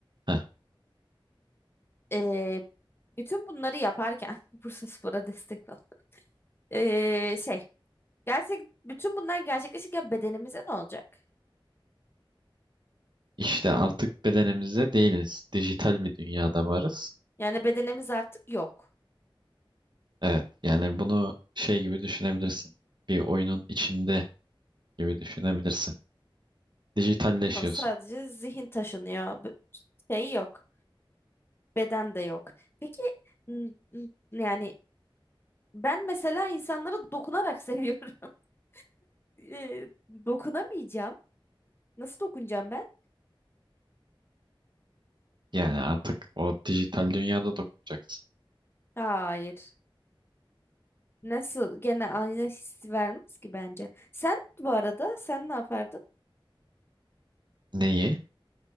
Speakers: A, on the right (about 55°); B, on the left (about 25°).
A: Heh,
B: Ee, bütün bunları yaparken <laughs> Bursaspor'a destek ol. Ee, şey gerçek bütün bunlar gerçekleşirken bedenimize ne olacak?
A: işte artık bedenimizde değiliz. Dijital bir dünyada varız.
B: Yani bedenimiz artık yok.
A: Evet yani bunu şey gibi düşünebilirsin. Bir oyunun içinde gibi düşünebilirsin. Dijitalleşiyorsun.
B: Tamam sadece zihin taşınıyor. B- Şey yok. Beden de yok. Peki n- n- yani ben mesela insanlara dokunarak <laughs> seviyorum. Ee, dokunamayacağım. Nasıl dokunacağım ben?
A: Yani artık o dijital dünyada dokunacaksın.
B: Hayır. Nasıl? Gene aynı hissi vermez ki bence. Sen bu arada sen ne yapardın?
A: Neyi?